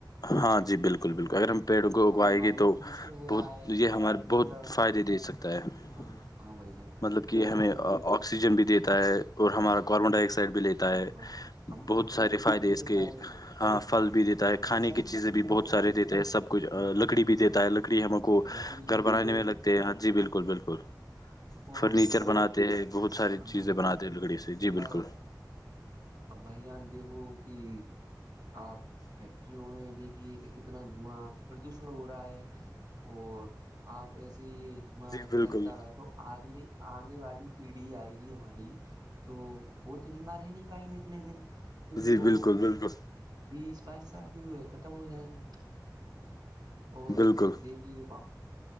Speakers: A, on the left; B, on the right.
A: ہاں جی بالکل بالکل اگر ہم پیڑوں کو اگوائے
B: یہ وایو
A: گے تو
B: پردوشن ہو رہا
A: بہت
B: ہے
A: یہ ہمارے
B: مطلب
A: بہت فائدے دے سکتا ہے ہمیں
B: ہاں ہاں بھائی جان
A: مطلب کہ
B: اور
A: ہمیں آکسیجن بھی دیتا ہے اور ہمارا کاربن ڈائی آکسائڈ بھی لیتا
B: ہاں
A: ہے
B: ہم
A: بہت
B: کو پھل
A: سارے
B: پھل
A: فائدے
B: بھی
A: اس
B: دیتا
A: کے
B: ہے
A: ہاں پھل بھی دیتا ہے کھانے
B: سب
A: کی
B: کچھ
A: چیزیں
B: دیتا
A: بھی بہت
B: ہے بھائی
A: سارے دیتے ہیں سب کچھ
B: ہ
A: لکڑی بھی دیتا ہے لکڑی ہمو کو
B: لکڑی بھی
A: گھر
B: دیتا
A: بنانے
B: ہے
A: میں لگتے ہیں ہاں جی بالکل بالکل
B: اور
A: فرنیچر
B: بھائی جان
A: بناتے ہیں بہت ساری چیزیں
B: ہاں
A: بناتے ہیں لکڑی سے جی بالکل
B: اب اب بھائی جان دیکھوں کہ آپ فیکٹریوں میں دیکھیے کہ کتنا دھواں پردوشن ہو رہا ہے اور آپ ایسے ہی دھواں
A: جی بالکل
B: چلتا رہا تو آگلی آنے والی پیڑھی آئے گی ہماری تو وہ تو زندہ رہ نہیں پائیں گے اتنے دن کیونک
A: جی
B: وہ
A: بالکل بالکل
B: بیس بائیس سال کی ہوئے ختم ہو جائیں گے اور
A: بالکل
B: دیکھیے ب